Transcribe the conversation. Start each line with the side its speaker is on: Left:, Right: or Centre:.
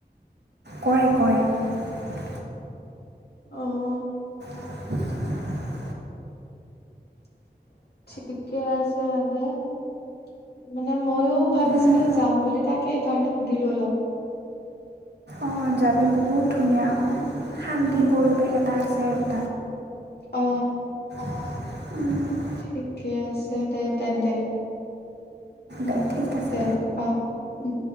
Right: কৰে কৰে। <inaudible>
Left: অহ।
Right: <unintelligible>
Left: <inaudible> ঠিকে আছে <inaudible> মানে ময়ো। ভাবিছিলো
Right: ময়ো
Left: যাম বুলি তাকে সেইকাৰণে সুধিলো অলপ।
Right: অ যাবি বহুত ধুনীয়া হয়। শান্তি
Left: উম
Right: পৰিৱেশ এটা আছে আৰু।
Left: অ।
Right: <inaudible> উম।
Left: ঠিকে আছে দে তেন্তে, উম
Right: দে ঠিক আছে
Left: দে আহ উম।